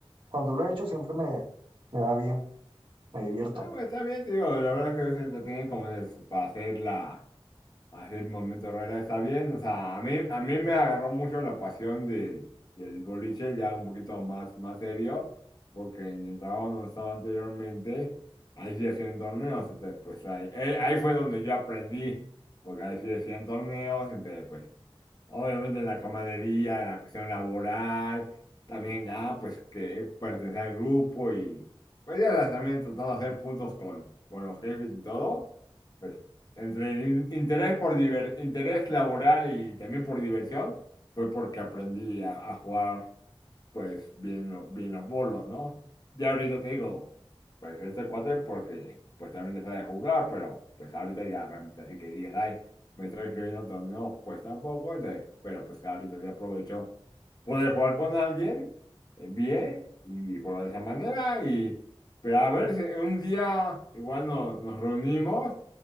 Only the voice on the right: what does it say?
Cuando lo he hecho siempre me, me va bien, me divierto.